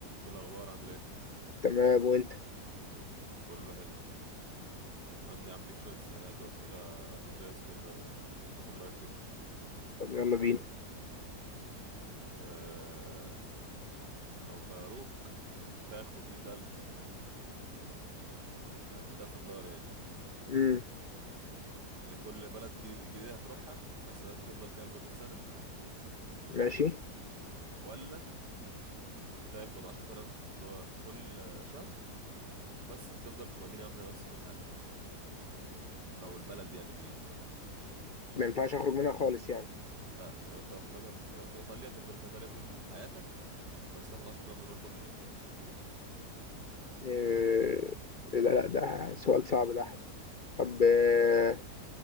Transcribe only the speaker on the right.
إيه الأخبار عامل إيه؟
كله حلو عندي عامل لك شوية سيناريوهات وأسئلة لزاز كده آخد رأيك فيهم
أه لو خيروك تاخد مية ألف آه، مية ألف دولار يعني
لكل بلد جديد- جديدة هتروحها بس لازم تفضل فيها لمدة سنة ماشي
ولا تاخد عشرة آلاف دولار كل آه، شهر بس هتفضل في مدينة واحدة بس طول حياتك أو البلد يعني دي طول حياتك
لا يعني أنت في- مثلا في, في إيطاليا تفضل في إيطاليا طول حياتك بس تاخد عشرة آلاف دولار كل شهر